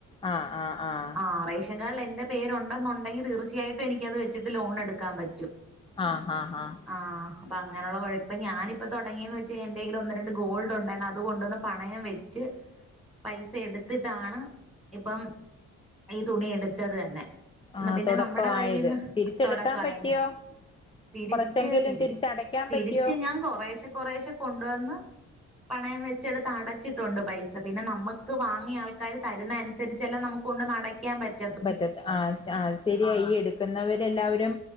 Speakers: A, on the left; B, in the centre.
A: ആഹ് ആഹ് ആഹ്.
B: ആഹ് റേഷൻ കാഡിൽ എന്റെ പേരുണ്ടെന്നുണ്ടെങ്കി തീർച്ചയായിട്ടും എനിക്കത് വെച്ചിട്ട് ലോൺ എടുക്കാൻ പറ്റും.
A: ആഹ് ആഹ് ആഹ്
B: ആഹ് അപ്പൊ അങ്ങനുള്ള കൊയപ്പം ഞാനിപ്പോ തുടങ്ങിന്ന് വെച്ചാ എന്തേങ്കിലും ഒന്ന്. രണ്ട് ഗോൾഡുണ്ടായിരുന്നു അതുകൊണ്ടന്ന് പണയം വെച്ച്. പൈസ എടുത്തിട്ടാണ് ഇപ്പം. ഈ തുണി എടുത്തത് തന്നെ
A: ആഹ്
B: പിന്നെ
A: തുടക്കമായത്
B: നമ്മുടെ കൈയ്യ്ന്ന്
A: തിരിച്ചെടുക്കാൻ
B: തൊടക്കായോണ്ട്.
A: പറ്റിയോ
B: തിരിച്ച്
A: കുറച്ചെങ്കിലും
B: തിരി
A: തിരിച്ചടയ്ക്കാൻ
B: തിരിച്ച്
A: പറ്റിയോ
B: ഞാൻ കൊറേശെ കൊറേശെ കൊണ്ടുവന്ന്. പണയം വെച്ചെടുത്ത് അടച്ചിട്ടുണ്ട് പൈസ പിന്നെ നമ്മക്ക് വാങ്ങിയ ആൾക്കാര് തരുന്ന അനുസരിച്ചെല്ലെ നമ. കൊണ്ടന്ന് അടക്കാൻ പറ്റ്.
A: പറ്റത്ത് ആ ആ ശരിയ ഈ എടുക്കുന്നവര് എല്ലാവരും